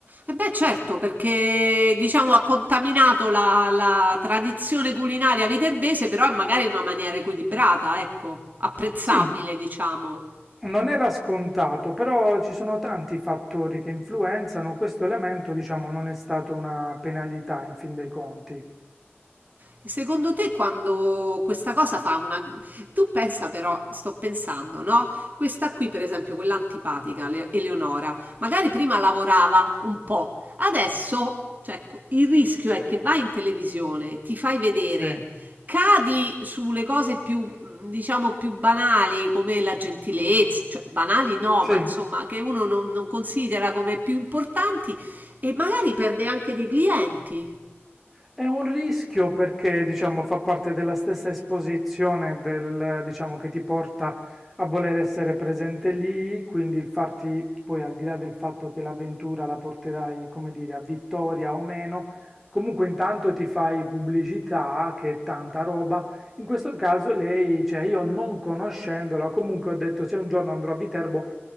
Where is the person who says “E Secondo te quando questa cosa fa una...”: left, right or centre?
Right